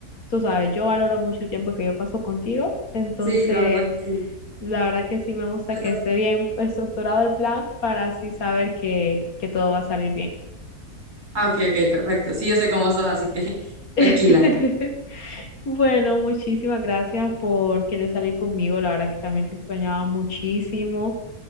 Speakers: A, on the left; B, on the right.
A: tú sabes, yo valoro mucho el tiempo que yo paso contigo, entonces
B: Sí, la verdad que sí.
A: la verdad que sí me gusta
B: Yo
A: que
B: tam-
A: esté bien estructurado el plan para así saber que, que todo va a salir bien.
B: ah, ok, ok, perfecto. Sí, yo sé cómo sos, así que <laughs> tranquila.
A: <laughs> Bueno, muchísimas gracias por querer salir conmigo, la verdad que también te extrañaba muchísimo